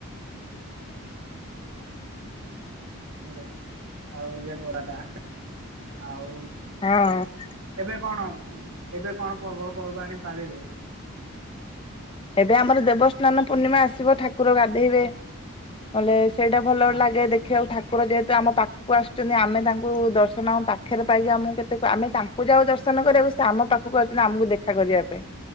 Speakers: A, on the right; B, on the left.
A: <unintelligible> <unintelligible> ଆଉ ଇଏ ଗରା ଟା ଆଉ
B: ହଁ।
A: ଏବେ କଣ ଏବେ କଣ ପର୍ବପର୍ବାଣୀ ପାଳିଲେ?
B: ଏବେ ଆମର ଦେବସ୍ନାନ ପୂର୍ଣ୍ଣିମା ଆସିବ ଠାକୁର ଗାଧେଇବେ। ଵଲେ ସେଇଟା ଭଲ
A: ହଁ
B: ଲାଗେ ଦେଖିବାକୁ। ଠାକୁର ଯେହେତୁ ଆମ ପାଖକୁ ଆସୁଛନ୍ତି ଆମେ ତାଙ୍କୁ ଦର୍ଶନ ପାଖରେ ପାଇବା ଆମକୁ କେତେ ଆମେ ତା ପୂଜାକୁ ଦର୍ଶନ କରିବାକୁ ସେ ଆମ ପାଖକୁ ଆଉଚନ୍ତି ଆମକୁ ଦେଖା କରିବା ପାଇଁ